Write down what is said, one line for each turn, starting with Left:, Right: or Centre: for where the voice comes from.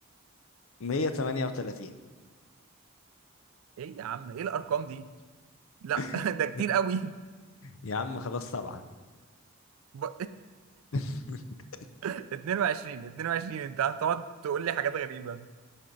Left: 138
Right: ايه يا عم ايه الارقام دي لا
Left: <laughs>
Right: <laughs> ده كتير قوي
Left: يا عم خلاص سبعة
Right: ب...
Left: <laughs>
Right: <laughs> 22 22 انت هتقعد تقول لي حاجات غريبة